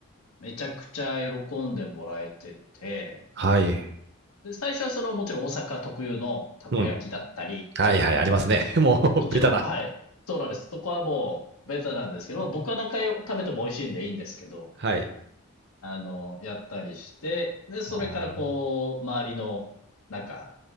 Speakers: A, on the left; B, on the right.
A: めちゃくちゃ喜んでもらえてて、
B: はい。
A: で、最初はその、もちろん大阪特有のたこ焼きだったり、
B: うん。はいはい、ありますね。<laughs> もう、
A: もちろん、
B: <laughs> ベタだ。
A: はい、そうなんです。そこはもう、ベタなんですけど、僕は何回食べても美味しいんでいいんですけど、
B: はい。
A: あの、やったりして、で、それからこう、
B: あー
A: 周りの、なんか、